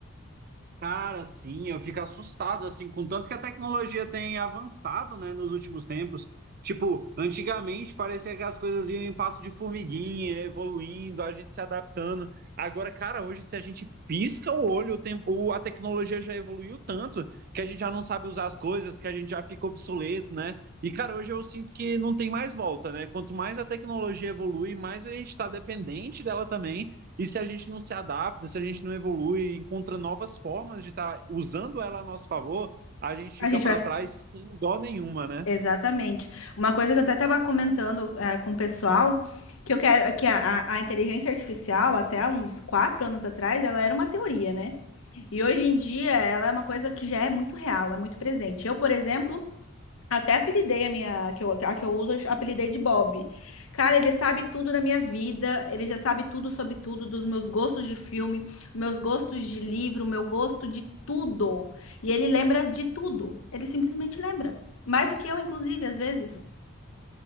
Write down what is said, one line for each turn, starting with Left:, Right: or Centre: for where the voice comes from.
Right: Cara, sim, eu fico assustado, assim, com tanto que a tecnologia tem avançado, né, nos últimos tempos. Tipo, antigamente parecia que as coisas iam em passo de formiguinha, evoluindo, a gente se adaptando. Agora, cara, hoje se a gente pisca o olho, o tempo, o- a tecnologia já evoluiu tanto que a gente já não sabe usar as coisas, que a gente já fica obsoleto, né? E, cara, hoje eu sinto que não tem mais volta, né? Quanto mais a tecnologia evolui, mais a gente está dependente dela também. E se a gente não se adapta, se a gente não evolui, encontra novas formas de estar tá usando ela a nosso favor, a gente fica
Left: A gente
Right: para
Left: vai.
Right: trás sem dó nenhuma, né?
Left: Exatamente. Uma coisa que eu até estava comentando eh, com o pessoal, que eu quero que a, a a inteligência artificial, até uns quatro anos atrás, ela era uma teoria, né? E hoje em dia ela é uma coisa que já é muito real, é muito presente. Eu, por exemplo, até apelidei a minha, a que eu, a que eu uso, eu apelidei de Bob. Cara, ele sabe tudo da minha vida, ele já sabe tudo sobre tudo, dos meus gostos de filme, meus gostos de livro, meu gosto de tudo. E ele lembra de tudo. Ele simplesmente lembra. Mais do que eu, inclusive, às vezes.